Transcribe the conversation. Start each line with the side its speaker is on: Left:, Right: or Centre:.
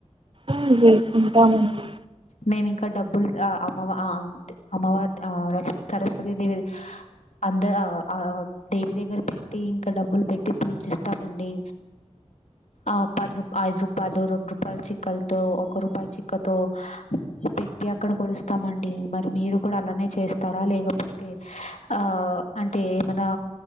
Right: అండి ఆ, ఉంటామండి
Left: మేమి ఇంకా డబ్బుల్ ఆ అమ్మవ ఆ డు అమ్మవాది ఆ లక్మి సరస్వతి దేవిది అంద ఆ దేవి దగ్గర పెట్టి ఇంకా డబ్బులు పెట్టి పూజిస్తామండి ఆ పది రూ ఐదు రూపాయలు రెండు రూపాయలు చిక్కలతో ఒక రూపాయి చిక్కతో పెట్టి అక్కడ కొలుస్తామండి. మరి మీరు కూడా అలానే చేస్తారా లేకపోతే ఆ అంటే ఏమనా